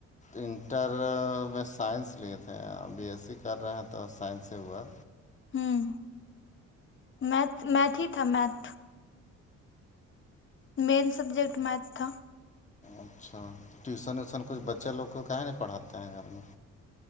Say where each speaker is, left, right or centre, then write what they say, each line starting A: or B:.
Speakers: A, on the left (about 25°); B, on the left (about 40°).
A: انٹر میں سائنس لیے تھے اور بی ایس سی کر رہے ہیں تو سائنس سے ہوا
B: ہوں میتھ میتھ ہی تھا میتھ مین سبجیکٹ میتھ تھا
A: اچھا تو ٹیوشن ویوسن کچھ بچے لوگ کو کہیں نہیں پڑھاتے ہیں گھر میں